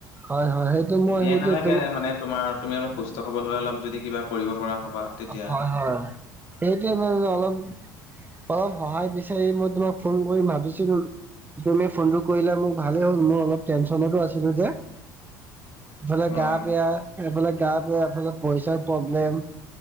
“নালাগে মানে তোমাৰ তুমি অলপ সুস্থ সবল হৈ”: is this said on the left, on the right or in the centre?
Left